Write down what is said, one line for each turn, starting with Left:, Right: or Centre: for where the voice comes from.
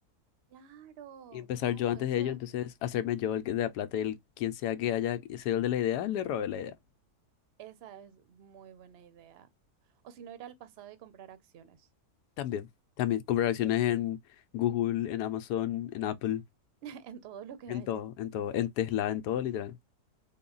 Right: Claro,
Left: y empezar
Right: claro,
Left: yo antes
Right: eso,
Left: de ello, entonces
Right: es-
Left: hacerme yo el que- de la plata y el quien sea que haya sido el de la idea, le robé la idea.
Right: esa es muy buena idea. O si no, ir al pasado y comprar acciones
Left: También, también, comprar acciones en Google, en Amazon, en Apple,
Right: <laughs> en todo lo que
Left: en
Right: haya.
Left: todo, en todo, en Tesla, en todo, literal.